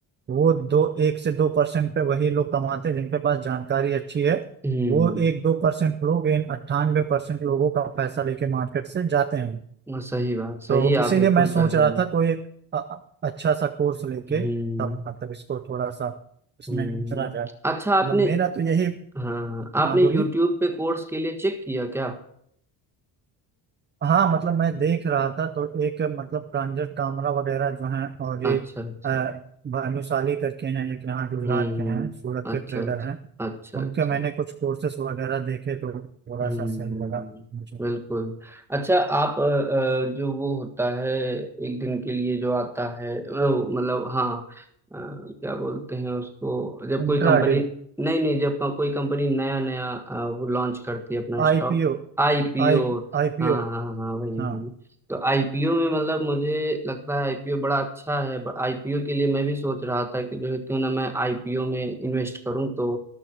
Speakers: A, on the right (about 25°); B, in the centre.
A: वो दो एक से दो परसेंट पे वही लोग कमाते हैं जिनके पास जानकारी अच्छी है
B: हम्म
A: वो एक दो परसेंट लोग इन 98% परसेंट लोगों का पैसा लेके मार्केट से जाते हैं
B: वो सही बात सही
A: तो इसीलिए
B: आप बिल्कुल
A: मैं सोच
B: कह रहे
A: रहा
B: हैं
A: था कोई एक अ- अ- अच्छा सा कोर्स लेके
B: हम्म
A: तब मतलब इसको थोड़ा सा इसमें
B: हम्म
A: उतरा जाए
B: अच्छा
A: मतलब
B: आपने
A: मेरा तो यही
B: हाँ आपने
A: हाँ बोलिए
B: YouTube पे कोर्स के लिए चेक किया क्या
A: हाँ मतलब मैं देख रहा था तो एक मतलब प्रांजल कामरा वगैरह जो हैं और
B: अच्छा
A: ये
B: अच्छा
A: अ, भानुशाली करके हैं एक यहाँ
B: हम्म
A: गुजरात के
B: हम्म,
A: हैं सूरत के
B: अच्छा
A: ट्रेडर
B: अच्छा
A: हैं
B: अच्छा अच्छा
A: उनके मैंने कुछ कोर्सेस वगैरह देखे तो थोड़ा
B: हम्म
A: सा सही लगा मुझे
B: बिल्कुल अच्छा आप अ, अ, जो वो होता है एक दिन के लिए जो आता है वो, मतलब हाँ अ, क्या बोलते हैं उसको जब कोई
A: इंट्राडे
B: कंपनी नहीं नहीं जब को- कोई कंपनी नया नया अ, वो लॉन्च करती है अपना स्टॉक
A: आईपीओ
B: आईपीओ
A: I IPO
B: हाँ हाँ हाँ वही
A: हाँ
B: वही तो आईपीओ में मतलब मुझे लगता है आईपीओ बड़ा अच्छा है आईपीओ के लिए मैं भी सोच रहा था कि जो है क्यों ना मैं आईपीओ में इन्वेस्ट करूँ तो